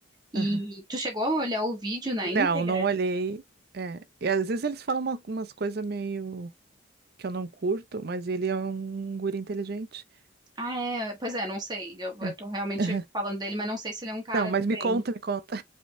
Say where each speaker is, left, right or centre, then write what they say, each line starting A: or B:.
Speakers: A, on the right; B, on the right.
A: E
B: aham.
A: tu chegou a olhar o vídeo na
B: Não,
A: íntegra?
B: não olhei. É, e às vezes eles falam uma- umas coisas meio que eu não curto, mas ele é um guri inteligente.
A: Ah, é. Pois é, não sei. Eu, eu
B: É.
A: tô realmente
B: Aham.
A: falando dele, mas não sei se ele é um cara
B: Não, mas
A: do bem.
B: me conta, me conta.